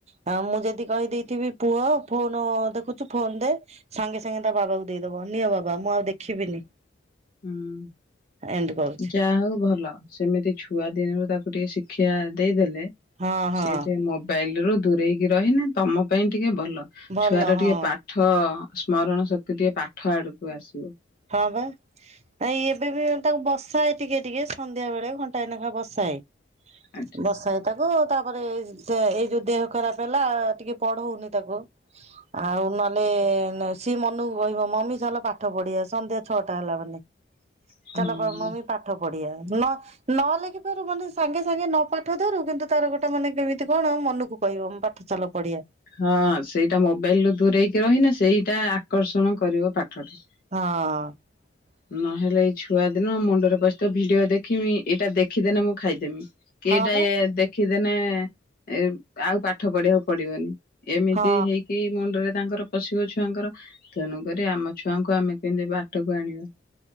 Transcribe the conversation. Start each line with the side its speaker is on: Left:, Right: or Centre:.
Right: ହ ମୁଁ ଯଦି କହିଦେଇଥିବି ପୁଅ ଫୋନ ଦେଖୁଛୁ ଫୋନ ଦେ ସାଙ୍ଗେ ସାଙ୍ଗେ ତା ବାବାକୁ ଦେଇଦବ ନିଅ ବାବା ମୁଁ ଆଉ ଦେଖିବିନି।
Left: ହୁଁ
Right: ଏମିତି କରୁଛି
Left: ଯାହା ହଉ ଭଲ। ସେମିତି ଛୁଆ ଦିନରୁ ତାକୁ ଟିକେ ଶିକ୍ଷା ଦେଇଦେଲେ
Right: ହଁ ହଁ
Left: ସିଏ ଟିକେ ମୋବାଇଲ ରୁ ଦୂରେଇକି ରହିନେ ତମ ପାଇଁ ଟିକେ ଭଲ
Right: ଭଲ
Left: ଛୁଆର
Right: ହଁ
Left: ଟିକେ ପା ପାଠ ସ୍ମରଣ ଶକ୍ତି ଟିକେ ପାଠ ଆଡକୁ ଆସିବ।
Right: ହଁ ବା। ନାଇଁ ଏବେ ବି ତାକୁ ବସାଏ ଟିକେ ଟିକେ ସନ୍ଧ୍ୟା ବେଳେ ଘଣ୍ଟା ନେଖା ବସାଏ,।
Left: ଆଚ୍ଛା
Right: ବଷା ଏ। ତାକୁ ତାପରେ ଏଇ ଯୋଉ ଦେହ ଖରାପ ହେଲା ଟିକେ ପଢଉନି ତାକୁ। ଆଉ ନହେଲେ ସିଏ ମନୁକୁ କହିବ ମମି ଚାଲ ପାଠ ପଢିଆ ସନ୍ଧ୍ୟା ଛଅଟା ହେଲା ମାନେ
Left: ହୁଁ।
Right: ଚାଲ ମମି ପାଠ ପଢିବା ନ ନ ଲେଖିପାରୁ ମାନେ ସାଙ୍ଗେ ସାଙ୍ଗେ ନ ପାଠ ଧରୁ କିନ୍ତୁ ତାର ଗୋଟେ ମାନେ କେମିତି କଣ ମନକୁ କହିବ ମୁଁ ପାଠ ଚଲୋ ପଢିଆ
Left: ହଁ ସେଇଟା ମୋବାଇଲ ରୁ ଦୂରେଇକି ରହିନେ ସେଇଟା ଆକର୍ଷଣ କରିବ ପାଠଟା।
Right: ହଁ।
Left: ନହେଲେ ଏଇ ଛୁଆ ଦିନୁ ମୁଣ୍ଡରେ ପସିଥବଛି ଭିଡିଓ ଦେଖମି ଏଇଟା ଦେଖିଦେଲେ ମୁଁ ଖାଇଦେମି। କେଇଟା
Right: ହଁ ବା
Left: ଦେଖିଦେନେ ନ ଆଉ ପାଠ ପଢିବାକୁ ପଡିବନି ଏମିତି
Right: ହଁ
Left: ହେଇକି ମୁଣ୍ଡରେ ତାଙ୍କର ପସିବ ଛୁଆଙ୍କର ତେଣୁକରି ଆମ ଛୁଆଙ୍କୁ ଆମେ କେମିତି ବାଟକୁ ଆଣିବା।